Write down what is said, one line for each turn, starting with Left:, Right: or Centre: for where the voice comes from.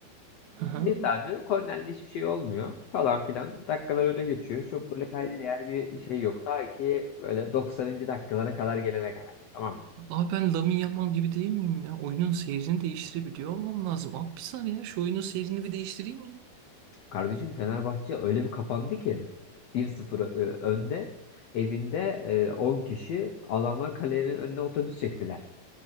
Right: Hı hı.
Left: Neyse abi kornerde hiçbir şey olmuyor falan filan. Dakikalar öyle geçiyor. Çok böyle kayda değer bir şey yok. Ta ki böyle 90. dakikalara kadar gelene kadar. Tamam mı?
Right: Abi ben Lamine Yamal gibi değil miyim ya? Oyunun seyrini değiştirebiliyor olmam lazım. Al bir saniye ya şu oyunun seyrini bir değiştireyim mi?
Left: Kardeşim Fenerbahçe öyle bir kapandı ki 1-0 ö- önde evinde e, 10 kişi adamlar kalenin önüne otobüs çektiler.